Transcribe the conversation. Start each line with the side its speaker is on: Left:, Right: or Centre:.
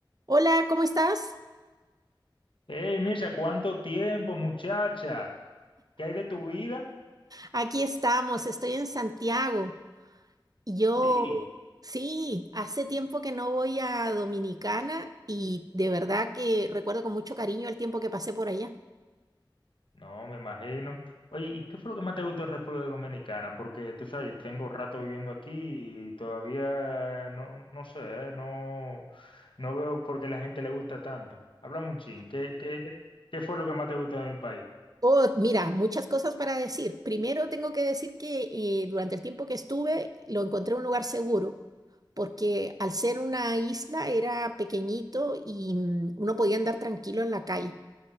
Right: Hola, ¿cómo estás?
Left: Hey, Mirza, ¿cuánto tiempo, muchacha? ¿Qué hay de tu vida?
Right: Aquí estamos, estoy en Santiago. Y Yo,
Left: Sí,
Right: sí, hace tiempo que no voy a Dominicana y de verdad que recuerdo con mucho cariño el tiempo que pasé por allá.
Left: no, me imagino. Oye, ¿y qué fue lo que más te gustó de República Dominicana? Porque tú sabes, yo tengo rato viviendo aquí y todavía no, no, no sé, eh, no, no veo por qué la gente le gusta tanto. Háblame un chin, ¿qué, qué, qué qué fue lo que más te gustó de mi país?
Right: Oh, mira, muchas cosas para decir. Primero tengo que decir que eh, durante el tiempo que estuve lo encontré un lugar seguro, porque al ser una isla era pequeñito y mm, uno podía andar tranquilo en la calle.